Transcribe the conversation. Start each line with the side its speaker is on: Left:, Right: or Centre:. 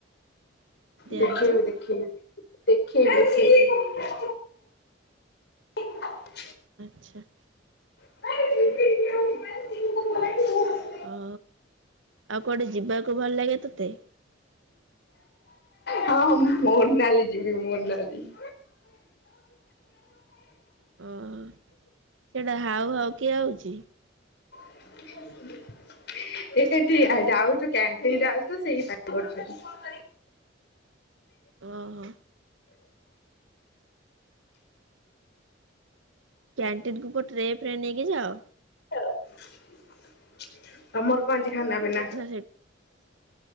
Left: ଦେଖି
Right: ଆଣିଛୁ
Left: ବି ଦେଖି ବି ଦେଖି ବି ଦେଖି <inaudible>
Right: ଆଚ୍ଛା।
Left: <inaudible>
Right: ଓ ଆଉ କୁଆଡେ ଯିବାକୁ ଭଲ ଲାଗେ ତୋତେ?
Left: ହଁ ମୋରନାଲି ଯିବି ମୋରନାଲୀ। <inaudible>
Right: ଓ ସେଟା ହାଉ ହାଉ କିଏ ହଉଛି?
Left: <inaudible> ଏଠି ଆ ଯାଉଛୁ କ୍ୟାଣ୍ଟିନ ଯାଉଛୁ ସେଇପାଇ କରୁଛନ୍ତି।
Right: ଓ ହୋ। କ୍ୟାଣ୍ଟିନ୍ କୁ ଗୋ ଟ୍ରେ ଫ୍ରେ ନେଇକି ଯାଅ।
Left: <inaudible> ଅମର କଞ୍ଚ ଖା ନ ବିନା।
Right: ନା ସେ